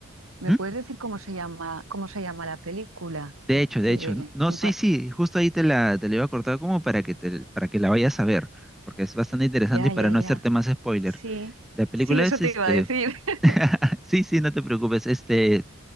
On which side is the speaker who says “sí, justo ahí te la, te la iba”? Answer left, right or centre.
Centre